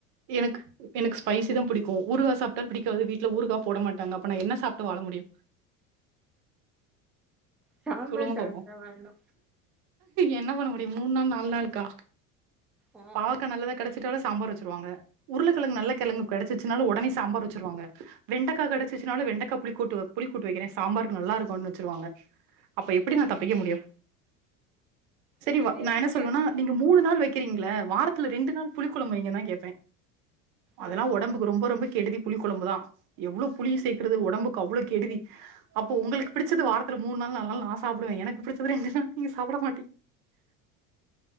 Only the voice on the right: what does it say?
எனக்கு எனக்கு ஸ்பைசி தா புடிக்கு ஊறுகா சாப்ட்டால் பிடிக்காது வீட்ல ஊறுகா போட மாட்டாங்க அப்பனா என்ன சாப்ட்டு வாழ முடியு
சொல்லுங்க
பாப்போம்.
என்ன பண்ண முடியு மூன் நாள் நாலு நாள்க்கா
பாவக்கா நல்லதா கெடைச்சுட்டாலு சாம்பார் வச்சுருவாங்க உருள கெழங்கு நல்ல கெழங்கு கெடைச்சுச்னாலு உடனே சாம்பார் வச்சுருவாங்க வெண்டக்கா கெடச்சுச்னாலு வெண்டக்கா புளிக்கூட்டு வ புளிக்கூட்டு வக்கிறே சாம்பார்க்கு நல்லாருக்குன்னு வச்சுருவாங்க அப்ப எப்டி நா தப்பிக்க முடியு சரிவா
நா என்ன
சொல்வனா நீங்க மூணு நாள் வை க்ரீங்கள வாரத்துல ரெண்டு நாள் புளி கொழம்பு வைங்கன்தா கேப்பே அதெல்லா
ஒட டம்புக்கு ரொம்ப ரொம்ப கெடுதி புளி கொழம்புதா எவ்ளோ புளிய சேக்கிறது ஒடம்புக்கு அவ்ளோ கெடுதி அப்போ உங்களுக் புடிச்சது வாரத்துல மூணு நாள் நாலு நாள் சாப்புடுவே எனக்கு புடிச்சது ரெண்டு நாள் நீங்க சாப்பிட மாட்டீங்